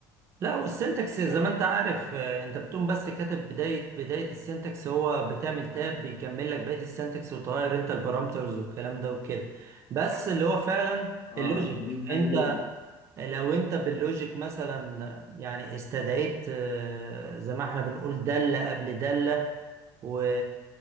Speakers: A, on the right; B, on the left.
A: لا والسنتكس زي ما انت عارف آه، انت بتقوم بس كاتب بدايه بدايه السنتكس هو بتعمل تاب بيكمل لك بقيه السنتكس وتغير انت البارامترز والكلام ده وكده بس اللي هو فعلا
B: اه
A: اللوجيك
B: أهم حاجة
A: انت
B: اللوجيك
A: لو انت باللوجيك مثلا يعني استدعيت آه، زي ما احنا بنقول دالة قبل دالة و...